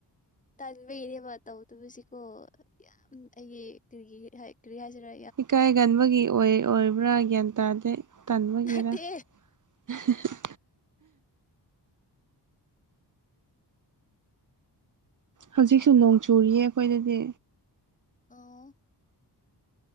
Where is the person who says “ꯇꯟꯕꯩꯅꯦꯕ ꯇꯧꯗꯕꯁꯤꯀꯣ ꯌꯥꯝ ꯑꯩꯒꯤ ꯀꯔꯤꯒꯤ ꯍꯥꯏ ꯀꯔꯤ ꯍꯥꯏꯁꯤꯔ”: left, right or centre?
Left